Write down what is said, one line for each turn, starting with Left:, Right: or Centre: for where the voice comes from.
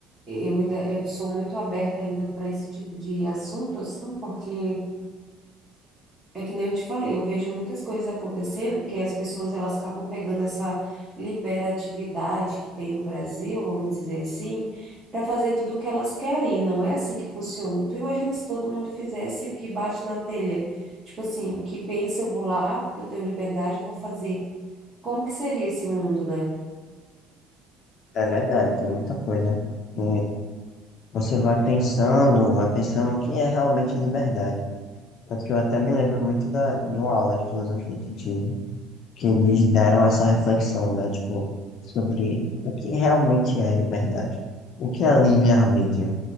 Right: eu ainda eu sou muito aberta ainda para esse tipo de assunto, assim, porque é que nem eu te falei, eu vejo muitas coisas acontecendo que as pessoas elas acabam pegando essa liberatividade que tem no Brasil, vamos dizer assim, para fazer tudo o que elas querem. E Não é assim que funciona. Tu imagina se todo mundo fizesse o que bate na telha? Tipo assim, o que pensa, eu vou lá, porque eu tenho liberdade, eu vou fazer. como que seria esse mundo, né?
Left: É verdade, tem muita coisa que você vai pensando, vai pensando o que é realmente liberdade. Tanto que eu até me lembro muito da, de uma aula de filosofia que tive, que eles deram essa reflexão, né? Tipo, sobre o que realmente é liberdade. O que é livre-arbítrio,